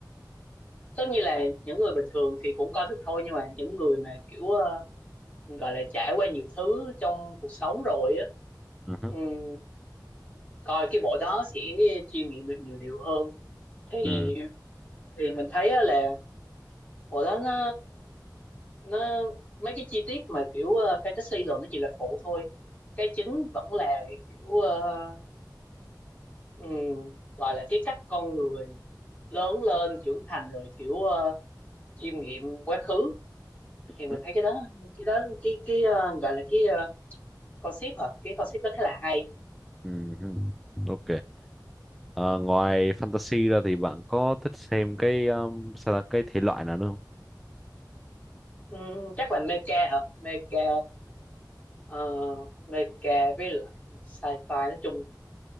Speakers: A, on the left; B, in the centre.
A: tất nhiên là những người bình thường thì cũng coi được thôi nhưng mà những người mà kiểu ờ, gọi là trải qua nhiều thứ trong cuộc sống rồi á
B: Ừ.
A: ừm, coi cái bộ đó sẽ chiêm nghiệm được nhiều điều hơn thì
B: Ừ.
A: thì mình thấy á là bộ đó nó nó mấy cái chi tiết mà kiểu ờ, fantasy đồ nó chỉ là phụ thôi cái chính vẫn là kiểu ờ, ừm, gọi là cái cách con người lớn lên trưởng thành rồi kiểu ờ, chiêm nghiệm quá khứ thì mình
B: Ừ.
A: thấy cái đó cái đó cái cái ờ, gọi là cái ờ, concept hả cái concept đó khá là hay
B: Ừ. Ừ. hứ. Ok. Ờ, ngoài fantasy ra thì bạn có thích xem cái um, sao là cái thể loại nào nữa không?
A: Ừm, chắc là mecha hả mecha ờ, mecha với lại sci-fi nói chung